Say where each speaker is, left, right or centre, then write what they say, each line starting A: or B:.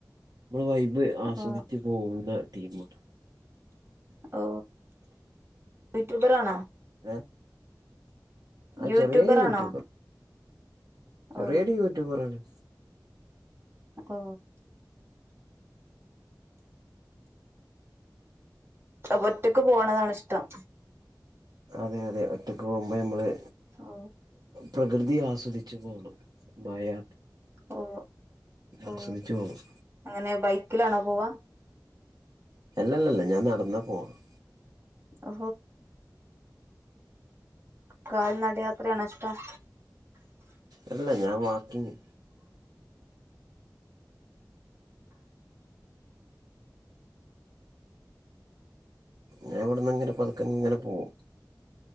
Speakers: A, on the right (about 65°); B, on the right (about 35°).
A: മ്മൾ വൈബ് ആസ്വദിച്ചു
B: ഓ
A: പോകുന്ന ടീമുണ്ട്
B: ഓ യുട്യൂബറാണോ?
A: ആ ആ
B: യൂട്യൂബറാണോ
A: ചെറിയ യൂട്യൂബ ചെറിയൊരു
B: ഓ
A: യുട്യൂബറാണ്.
B: ഓ അപ്പ ഒറ്റക്ക് പോണതാണിഷ്ടം.
A: അതെ അതെ ഒറ്റക്ക് പോകുമ്പഴ്മ്മള്.
B: ഓ
A: പ്രകൃതി ആസ്വദിച്ചു പോണം മയ
B: ഓ ഓ
A: ആസ്വദിച്ചു പോണം
B: അങ്ങനെ ബൈക്കിലാണോ പോവ്വാ?
A: അല്ലല്ലല്ല ഞാൻ നടന്നാ പോവുന്നെ.
B: ഓ കാൽനടയാത്രയാണോ ഇഷ്ടം?
A: അല്ല ഞാൻ വാക്കിങ്ങ് ഞാഇവിടന്നിങ്ങനെ പതുക്കെങ്ങനെ പോകും.